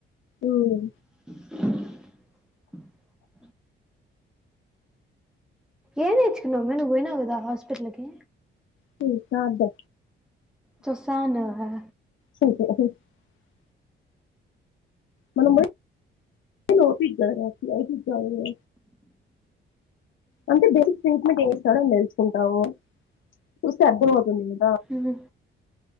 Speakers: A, on the left (about 75°); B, in the centre.
A: ఊమ్మ్
B: <inaudible> ఏం నేర్చుకున్నావ్ మే నువ్ పోయినావ్ గదా హాస్పిటల్ కి
A: హు ఆ అంతే
B: చూసాను హా
A: <inaudible> మనము పోయి ఓపి కదరా <inaudible> కాదు కదా. అంటే బెసిక్ ట్రీట్మెంట్ ఏంఇస్తాడో అని తెల్సుకుంటాము. చూస్తే అర్ధంమవుతుంది నీ
B: హ్